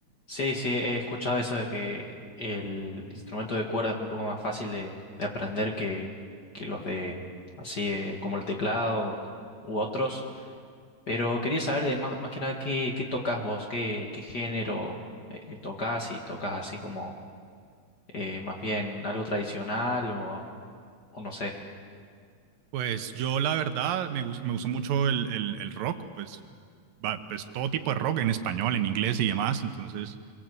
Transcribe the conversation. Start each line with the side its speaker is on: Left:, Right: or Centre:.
Left: Sí, sí, he escuchado eso de que el instrumento de cuerda es un poco más fácil de, de aprender que, que los de así eh, como el teclado u otros. Pero quería saber de más, más que nada qué, qué tocas vos, qué, qué género eh, eh, tocas, si tocas así como eh, más bien algo tradicional o, o no sé.
Right: Pues yo la verdad me, gus- me gustó mucho el, el- el rock, pues, va- pues todo tipo de rock en español, en inglés y demás, entonces